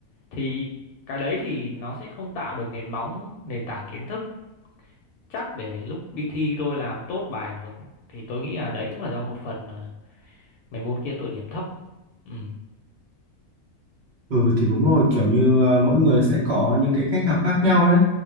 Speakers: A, on the left; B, on the right.
A: thì cái đấy thì nó sẽ không tạo được nền móng nền tảng kiến thức chắc để lúc đi thi tôi làm tốt bài được thì tôi nghĩ là đấy cũng là do một phần là mấy môn kia tôi điểm thấp ừ
B: Ừ thì đúng rồi kiểu như à, mỗi người sẽ có những cái cách học khác nhau ấy